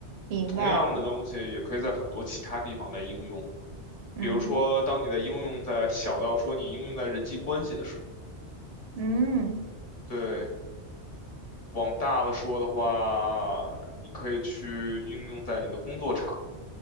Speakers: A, on the right; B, on the left.
A: 明白了。
B: 同样的东西也可以在很多其他地方来应用，
A: 嗯
B: 比如说，当你在应用在小到说你应用在人际关系的时候，
A: 嗯，
B: 对，往大了说的话，你可以去应用在你的工作场，